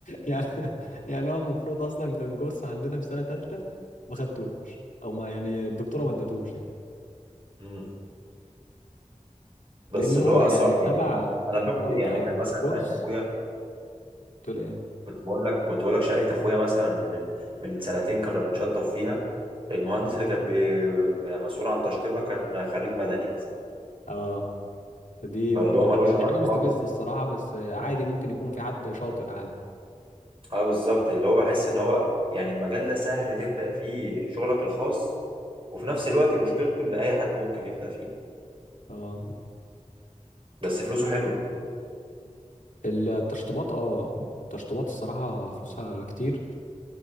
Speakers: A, on the left; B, on the right.
A: يعني يعني هو المفروض اصلا كان كورس عندنا في سنه ثالثه ما خدتوش او ما يعني الدكتوره ما ادتوش يعني
B: امم بس
A: لان هو
B: اللي هو
A: يعني
B: أصلا يعني
A: تبع
B: أنا أنا
A: يعني
B: شفت
A: هو
B: يعني
A: ك...
B: كان مثلا
A: ككورس
B: لقيت أخويا
A: تقول ايه
B: كنت بقول لك كنت بقول لك شقه اخويا مثلا من من سنتين كنا بنشطب فيها المهندس اللي كان بي... يعني مسؤول عن تشطيبها كان خريج مدني مثلا
A: اه دي
B: فاللي
A: برضو
B: هو ملوش
A: حاجه دي
B: علاقه
A: حاجه مستفزه
B: خالص
A: الصراحه بس عادي ممكن يكون في حد شاطر عادي
B: اه بالظبط اللي هو بحس ان هو يعني المجال ده سهل تبدا فيه شغلك الخاص وفي نفس الوقت مشكلته ان اي حد ممكن يبدا فيه
A: اه
B: بس فلوسه حلوه
A: التشطيبات اه التشطيبات الصراحه فلوسها كتير